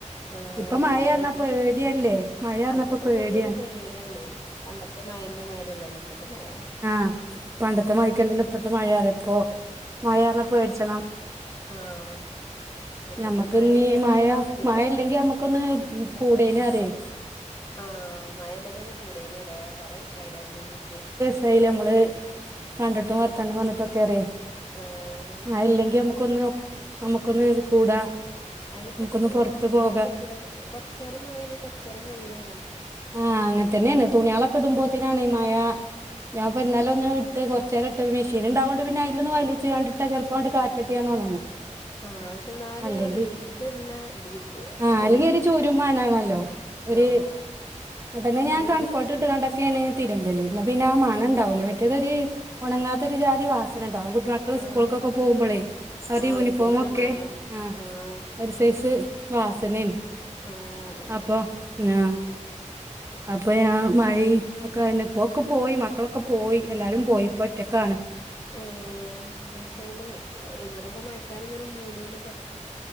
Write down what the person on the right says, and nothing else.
ഇപ്പൊ മഴയർന്നാ
പേടിയല്ലേ മഴർന്ന
ഇപ്പോ പേടി
ആഹ് പണ്ടത്തെ മാഴക്കല്ലല്ലോ ഇപ്പത്തെ മഴയാറ ഇപ്പ മഴ പറഞ്ഞാ പേടിച്ചണം
ഞമ്മക്ക്
ഇന്നീ
മഴ
മഴ ഇല്ലെങ്കി നമ്മക്കൊന്ന് കൂടേനുറയ്
കയ്ൽ നമ്മള് കണ്ടിട്ടും വർത്താനും പറഞ്ഞിട്ടു ഒക്കെ അറിയേ
മഴ ഇല്ലങ്കിൽ നമുക്ക് ക്കൊന്ന് നമ്മുക്കൊന്ന് ഇത് കൂടാ
നമുക്കൊന്ന്
പൊറത്ത്
പോകാ
ആഹ് അങ്ങ തന്നെണ് തുണിയാളൊക്കെടുമ്പോത്തിനാണ് മഴ ഞാൻപ്പന്നലെ ഒന്ന്ട്ട് കൊറചേരട്ട് പൊ മെഷീൻണ്ടാവോണ്ട് പിന്നെ അയ്ലൊന്ന് വലയിച്ച്ങ്ങാണ്ടിട്ടാ ചെലപൊങ്ങട്ട് കാറ്റട്ടിയാണ്ട് ഒണങ്ങും
അല്ലെങ്കി
ആഹ് അല്ലെങ്കി ഒരു ചൂരുംമണാണല്ലോ ഒരു
ങ്ങട്ടഞ്ഞെ ഞാൻ
കംഫോർട്ട് ഇട്ട്ങ്ങാണ്ടൊക്കേണ് തിരുമ്പല് ന്ന പിന്നെ ആ മണണ്ടാവൂല മറ്റേതൊര് ഒണങ്ങാത്തൊര് ജാതി വാസനണ്ടാവും മക്കള്
സ്കൂൾക്കൊക്കെ പോകുമ്പോളേ അവര്
യൂണിഫോമൊക്കെ
ആ
ഒരു സൈസ് വാസനേണ്
അപ്പൊ ഞാ അപ്പൊയാൻ മഴീമ് ഒക്കെ അതന്നെ ഇപ്പൊക്കെ പോയി മക്കളൊക്കെ പോയി എല്ലാരും പോയിപ്പോ ഒറ്റക്കാണ്